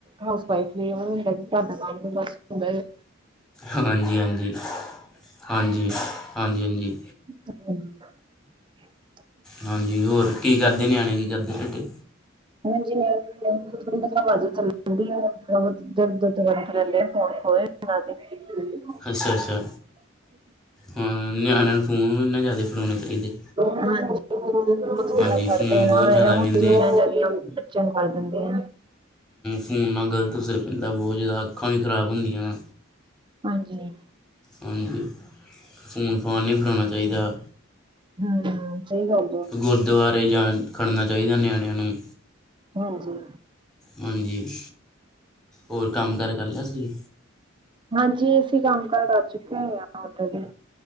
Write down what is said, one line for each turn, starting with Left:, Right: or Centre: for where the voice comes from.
Right: ਹਾਊਸ ਵਾਈਫ ਲਈ ਏ ਹੁੰਦਾ ਘਰ ਦਾ ਕੰਮ ਬਸ ਹੁੰਦਾ ਏ।
Centre: ਹਾਂਜੀ ਹਾਂਜੀ -ਹਾਂਜੀ- ਹਾਂਜੀ ਹਾਂਜੀ।
Right: ਾਂ <unintelligible>
Centre: ਹਾਂਜੀ। ਹੋਰ ਕੀ ਕਰਦੇ ਨਿਆਣੇ ਕੀ ਕਰਦੇ ਤਹਾਡੇ।
Right: ਹਜੀ। ਥੋੜੀ ਆਵਾਜ਼ੀ ਚੱਲ ਜਾਂਦੀ ਥੋੜਾ -ਬਹੁ ਦ -ਦ -ਦ ਰਹਿੰਦੇ ਹਣ ਹੋਏ। ਹਾਂ ਤੋ ਠੀਕ ਚੱਲੀ।
Centre: ਅੱਛਾ -ਅੱਛਾ, ਹਾਂ ਨਿਆਣਾਂ ਨੂੰ। ਫੋਨ ਇਨਾ ਜਾਿਆਦਾ ਨਹੀ ਫੜੋਣੇ ਚਾਹੀਦੇ।
Right: ਹਾਂਜੀ ਬਹੁਤ
Centre: ਹਾਂਜੀ
Right: ਜ਼ਿਆਦਾ ਪੜ੍ਹਦੇ
Centre: ਫੋਨ
Right: ਨਾ
Centre: ਬਹੁਤ ਜ਼ਿਆਦਾ
Right: ਇਹ
Centre: ਵਹਿੰਦੇ
Right: ਚੀਜ਼ਾਂ ਜੜੀਆਂ ਬੱਚਿਆਂ ਨੂੰ ਕਰ੍ਹ ਦਿੰਦੀਆਂ।
Centre: ਫੋਨ ਨਾਲ ਗ਼ਲਤ ਹੋ ਸਿਰ ਪੈਂਦਾ ਬਹੁਤ ਜ਼ਿਆਦਾ ਅੱਖਾਂ ਵੀ ਖਰਾਬ ਹੁੰਦੀਆਂ।
Right: ਹਾਂਜੀ।
Centre: ਹਾਂਜੀ। ਫੋਨ -ਫਾਨ ਨਹੀਂ ਫੜਾਉਣਾ ਚਾਹੀਦਾ।
Right: ਹੂ-ਸਹੀ ਗੱਲ।
Centre: ਗੁਰਦੁਆਰੇ ਜਾਣ ਖੜਨਾ ਚਾਹੀਦਾ ਨਿਆਣਿਆਂ ਨੂੰ।
Right: ਹਾਂਜੀ।
Centre: ਹਾਂਜੀ। ਹੋਰ ਕੰਮ- ਕਾਰ ਕਰ ਲੈ ਤੁਂ।
Right: ਹਾਂਜੀ। ਅਸੀ ਕੰਮ -ਕਾਰ ਕਰ ਚੁੱਕੇ ਹੋ ਉਧਰ ਦੇ।